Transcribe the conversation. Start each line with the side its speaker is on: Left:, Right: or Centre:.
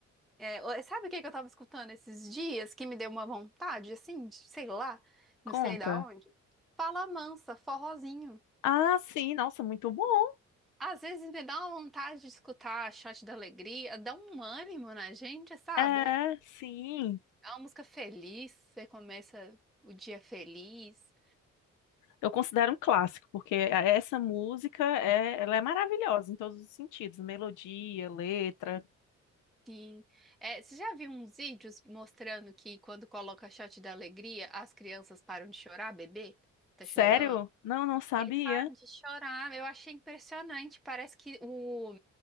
Centre: é, o- sabe o que que eu tava escutando esses dias que me deu uma vontade, assim, de, sei lá,
Left: Conta.
Centre: não sei da onde? Fala mansa, forrozinho.
Left: Ah, sim, nossa, muito bom.
Centre: Às vezes me dá uma vontade de escutar Shot da Alegria, dá um ânimo na gente, sabe?
Left: É, sim.
Centre: É uma música feliz, você começa o dia feliz.
Left: Eu considero um clássico, porque essa música é, ela é maravilhosa em todos os sentidos, melodia, letra.
Centre: Sim. É, você já viu uns vídeos mostrando que quando coloca shot da alegria, as crianças param de chorar, bebê? Tá
Left: Sério?
Centre: chorando?
Left: Não, não sabia.
Centre: Eles param de chorar. Eu achei impressionante. Parece que o